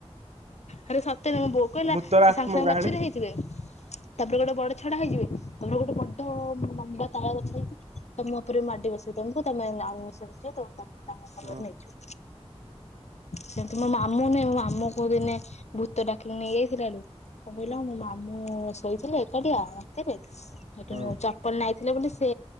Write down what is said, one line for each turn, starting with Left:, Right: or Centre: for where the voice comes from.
Left: ଆରେ ସତରେ ମୋ ବୋଉ କହିଲା
Right: ଭୂତର
Left: ସେ
Right: ଆତ୍ମ
Left: ସାଙ୍ଗ୍ ସାଙ୍ଗ୍
Right: କାହାଣୀ।
Left: ବାଛୁରି ହେଇଯିବେ ତାପରେ ଗୋଟେ ବଡ ଛଡା ହେଇଯିବେ ତାପରେ ଗୋଟେ ବଡ ଲମ୍ବା ତାଳ ଗଛ ହେଇକି ତମ ଉପରେ ମାଡି ବସିବେ ତମକୁ ତମେ ଅଣନିଶ୍ୱାସୀ ହେଇଯିବ ତାପରେ ତା ତାଙ୍କ ସାଙ୍ଗରେ
Right: ହୁଁ
Left: ନେଇଯିବେ। ସେମିତି ମୋ ନୁହେଁ ମୋ ମାମୁ କୁ ଦିନେ ଭୂତ ଡାକିକି ନେଇଯାଇଥିଲା ଲୋ। କ କହିଲ ମୋ ମାମୁଁ ଶୋଇଥିଲେ ଏକାଟିଆ ରାତିରେ ଗୋଟେ
Right: ହୁଁ
Left: ଚ ପଲ ନାଇଥିଲେ ବୋଲି ସେ